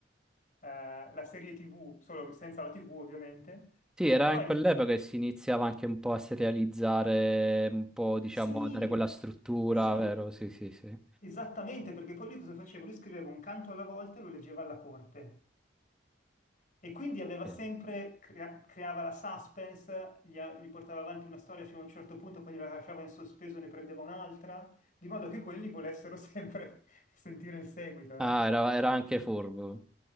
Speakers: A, on the left; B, in the centre.
A: eh, la serie TV, solo senza la TV ovviamente.
B: sì, era
A: Però
B: in
A: il-
B: quell'epoca che si iniziava anche un po' a serializzare, un po', diciamo,
A: sì,
B: a dare quella struttura,
A: sì,
B: vero? Sì, sì, sì.
A: esattamente, perché poi lui cosa faceva? Lui scriveva un canto alla volta e lo leggeva alla corte. E quindi aveva
B: Sì.
A: sempre, crea- creava la suspense, gli, a- gli portava avanti una storia fino a un certo punto, poi gliela lasciava in sospeso e ne prendeva un'altra, di modo che quelli volessero sempre <laughs> sentire il seguito,
B: Ah,
A: no?
B: era, era anche furbo.